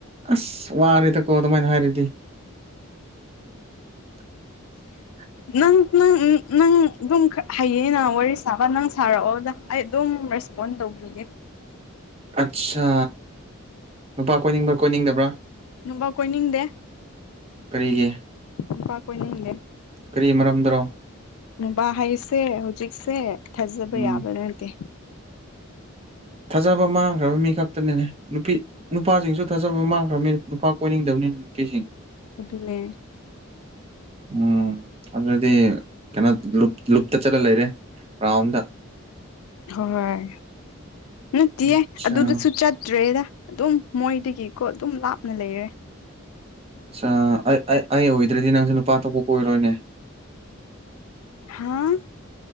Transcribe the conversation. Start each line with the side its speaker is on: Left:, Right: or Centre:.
Right: ꯑꯁ ꯋꯥꯔꯦꯗꯀꯣ ꯑꯗꯨꯃꯥꯏꯅ ꯍꯥꯏꯔꯗꯤ <inaudible>
Left: ꯅꯪ ꯅꯪ ꯅꯪ ꯑꯗꯨꯝ ꯍꯩꯌꯦꯅ ꯋꯥꯔꯤ ꯁꯥꯕ ꯅꯪ ꯁꯥꯔꯛꯑꯣꯗ ꯑꯩ ꯑꯗꯨꯝ ꯔꯦꯁ ꯐꯣꯟ ꯇꯧꯕꯤꯒꯦ
Right: ꯑꯠꯆꯥ ꯅꯨꯄꯥ ꯀꯣꯏꯅꯤꯡꯕ꯭ꯔꯥ ꯀꯣꯏꯅꯤꯡꯗꯕ꯭ꯔꯥ
Left: ꯅꯨꯅꯨꯡꯝꯕ ꯀꯣꯏꯅꯤꯡꯗꯦ
Right: ꯀꯔꯤꯒꯤ
Left: ꯑꯣꯄꯥ ꯀꯅꯅꯦꯦ
Right: ꯀꯔꯤ ꯃꯔꯝꯗꯔꯣ
Left: ꯅꯨꯡꯕꯥ ꯍꯩꯁꯦ ꯍꯧꯖꯤꯛꯁꯦ ꯊꯥꯖꯕ
Right: ꯎꯝ
Left: ꯌꯥꯕ ꯅꯠꯇꯦ
Right: ꯊꯥꯖꯕ ꯃꯥꯡꯈ꯭ꯔꯕ ꯃꯤ ꯈꯛꯇꯅꯤꯅꯦ ꯅꯨꯄꯤ ꯅꯨꯄꯥꯁꯤꯡꯁꯨ ꯊꯥꯖꯕ ꯃꯥꯡꯈ꯭ꯔꯕꯃꯤ ꯅꯨꯄꯥ ꯀꯣꯏꯅꯤꯡꯗꯕꯅꯤꯅ ꯅꯨꯄꯤꯁꯤꯡ
Left: ꯑꯗꯨ ꯑꯗꯨꯅꯦ
Right: ꯎꯝ ꯑꯗꯨꯗꯤ ꯀꯩꯅꯣ ꯂꯨꯞꯇ ꯆꯠꯂ ꯂꯩꯔꯦ ꯒ꯭ꯔꯥꯎꯟ ꯗ
Left: ꯍꯣꯏ ꯅꯠꯇꯌꯦꯦ
Right: ꯑꯆꯥ
Left: ꯑꯗꯨꯗꯁꯨ ꯆꯠꯇ꯭ꯔꯦꯗ ꯑꯗꯨꯝ ꯃꯣꯏꯗꯒꯤꯀꯣ ꯑꯗꯨꯝ ꯂꯥꯞꯅ ꯂꯩꯔꯦ
Right: ꯑ ꯑꯩ ꯑꯣꯏꯗ꯭ꯔꯗꯤ ꯅꯪꯁꯨ ꯅꯨꯄꯥ ꯊꯣꯛꯄ ꯀꯣꯏꯔꯣꯏꯅꯦ
Left: ꯍꯥꯝ